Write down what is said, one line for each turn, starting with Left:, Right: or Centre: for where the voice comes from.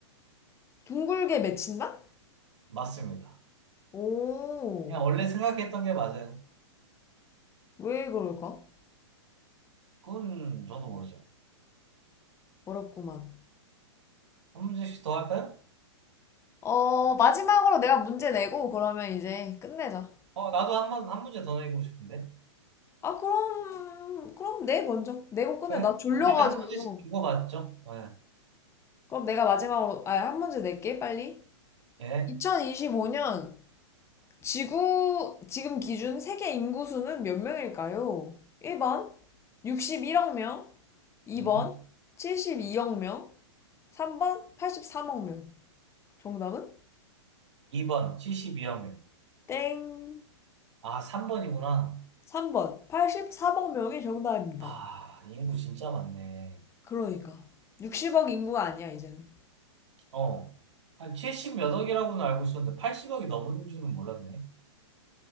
Left: 둥글게 맺힌다?
Right: 맞습니다.
Left: 오,
Right: 그냥 원래 생각했던 게 맞아요.
Left: 왜 그럴까?
Right: 그건 저도 모르죠.
Left: 어렵구만.
Right: 한 문제씩 더 할까요?
Left: 어, 마지막으로 내가 문제 내고 그러면 이제 끝내자.
Right: 어, 나도 한 번, 한 문제 더 내고 싶은데.
Left: 아, 그럼, 그럼 내 먼저. 내고 끝내.
Right: 그래.
Left: 나 졸려가지고.
Right: 아, 일단 한 문제씩 주고받죠. 예.
Left: 그럼 내가 마지막으로, 아, 한 문제 낼게, 빨리.
Right: 예.
Left: 2025년 지구, 지금 기준 세계 인구수는 몇 명일까요? 1번, 61억 명. 2번,
Right: 음.
Left: 72억 명. 3번, 83억 명. 정답은
Right: 2번, 72억 명.
Left: 땡.
Right: 아, 3번이구나.
Left: 3번. 84억 명이 정답입니다.
Right: 아, 인구 진짜 많네.
Left: 그러니까. 60억 인구가 아니야, 이제는.
Right: 어. 한 70 몇 억이라고는 알고 있었는데 80억이 넘은 줄은 몰랐네.